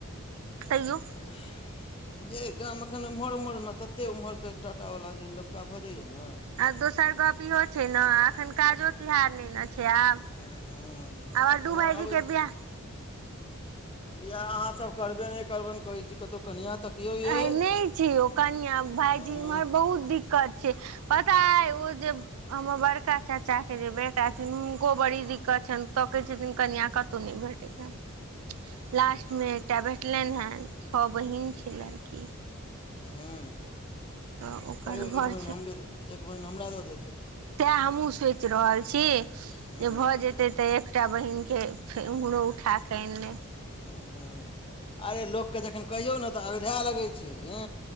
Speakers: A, on the right; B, on the left.
A: तैयो
B: <unintelligible> यै गांम एखन एम्हर -ओम्हर मे तते ओम्हरकरत टाटावला जे लफड़ा भऽ जइया नऽ।
A: आ दोसर गप इहो छै ने अखन काजो तिहार नै न छै आब।
B: हँ
A: आब
B: आर
A: अडू
B: गाम
A: भइजी
B: आबै
A: के बियाह-
B: बियाह आहाँसब करबे नै करबैन न कहै छी। कतो कनिया तकियौ। यै
A: अहै नै छै यो कनिया भाइजी
B: हूँ
A: इम्हर बहुत दिक्कत- छै पता ऐ ओ जे- हमर बड़का चाचा के जे बेटा छैन हुनको बड़ी दिक्कत छैन। तकै छथिन कनिया कतो नै भेटेै छैन लास्ट मे एकटा भे- लैन हेँ छ बहिन छै लड़की-
B: हूँ
A: तऽ ओकर
B: कहियो
A: घर
B: एक बहिन हमरे एक बहिन हमरा दऽ देतै।
A: सेह हमहुँ सोइच रहल छी
B: हूँ
A: जे भऽ जेतै तऽ एक- टा बहिनके छै उम्हरो उठाकऽ आइनलेब-
B: उ हूँ अरे लोक के जखन कहियौ ने तऽ अगधे लगै छै यए।